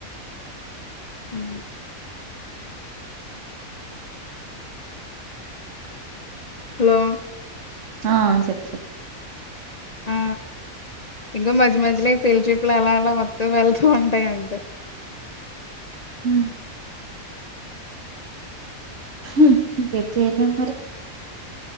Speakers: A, on the left (about 50°); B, on the right (about 60°).
A: ఉ హలో
B: ఆ చెప్పు చెప్పు
A: ఆ ఇంకా మధ్య మధ్యలో ఈ పెళ్లిచూపులు ఎలా అలా వద్దు వెళ్తూ ఉంటాయి అంతే
B: మ్మ్ ఉహ్ ఇంకేటి చేయలేము మరి